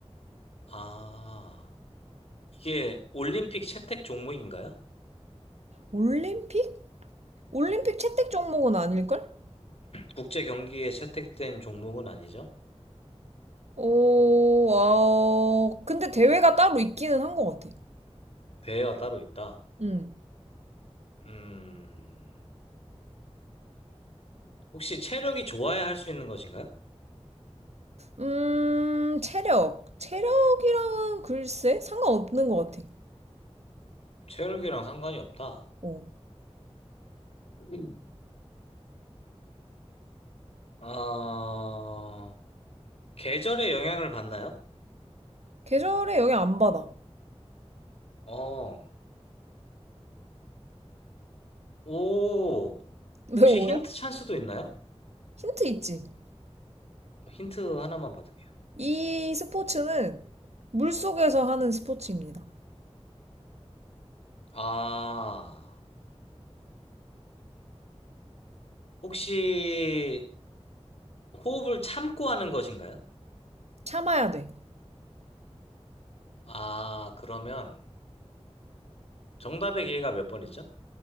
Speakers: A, on the left; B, on the right.
A: 아, 이게 올림픽 채택 종목인가요?
B: 올림픽? 올림픽 채택 종목은 아닐걸?
A: 국제 경기에 채택된 종목은 아니죠?
B: 오, 아, 근데 대회가 따로 있기는 한 것 같아.
A: 대회가 따로 있다.
B: 음,
A: 음, 혹시 체력이 좋아야 할 수 있는 것인가요?
B: 음, 체력. 체력이랑 글쎄? 상관없는 것 같아.
A: 체력이랑 상관이 없다.
B: 어.
A: 음. 아, 계절에 영향을 받나요?
B: 계절에 영향 안 받아.
A: 어, 오,
B: <laughs>
A: 혹시
B: 왜 오야?
A: 힌트 찬스도 있나요?
B: 힌트 있지?
A: 힌트 하나만 받을게요.
B: 이 스포츠는 물속에서 하는 스포츠입니다.
A: 아, 혹시 호흡을 참고 하는 것인가요?
B: 참아야 돼.
A: 아, 그러면 정답의 기회가 몇 번이죠?